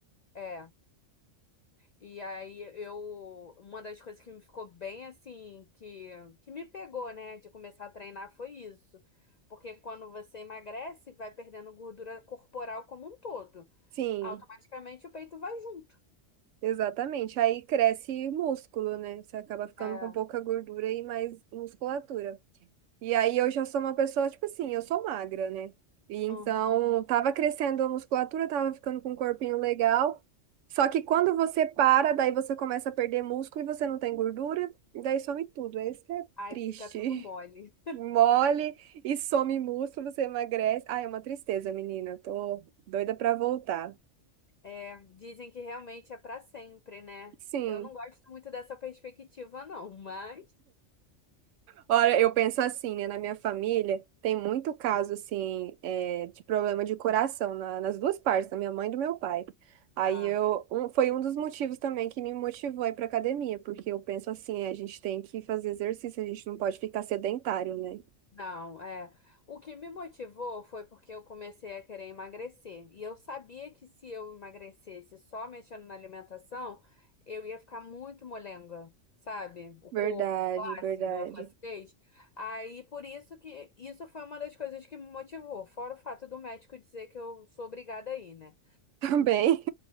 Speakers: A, on the left; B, on the right.
A: É. E aí eu, uma das coisas que me ficou bem assim, que que me pegou, né, de começar a treinar foi isso. Porque quando você emagrece, vai perdendo gordura corporal como um todo.
B: Sim,
A: Automaticamente o peito vai junto.
B: exatamente. Aí cresce músculo, né? Você acaba ficando
A: É.
B: com pouca gordura e mais musculatura. E aí eu já sou uma pessoa, tipo assim, eu sou magra, né? E então
A: Uhum.
B: tava crescendo a musculatura, tava ficando com um corpinho legal. Só que quando você para, daí você começa a perder músculo e você não tem gordura, e daí some tudo. Esse que é
A: Aí
B: triste.
A: fica tudo mole.
B: <laughs> Mole e some músculo, você emagrece. Ah, é uma tristeza, menina. Tô doida pra voltar.
A: É, dizem que realmente é pra sempre, né?
B: Sim.
A: Eu não gosto muito dessa perspectiva, não, mas.
B: Ora, eu penso assim, né? Na minha família tem muito caso, assim, é, de problema de coração na- nas duas partes, da minha mãe e do meu pai. Aí
A: Ah.
B: eu, um- foi um dos motivos também que me motivou a ir pra academia, porque eu penso assim, é, a gente tem que fazer exercício, a gente não pode ficar sedentário, né?
A: Não, é. O que me motivou foi porque eu comecei a querer emagrecer. E eu sabia que se eu emagrecesse só mexendo na alimentação, eu ia ficar muito molenga, sabe? O corpo
B: Verdade,
A: flácido,
B: verdade.
A: a flacidez.
B: <laughs>
A: Aí por isso que isso foi uma das coisas que me motivou, fora o fato do médico dizer que eu sou obrigada a ir, né?
B: Também.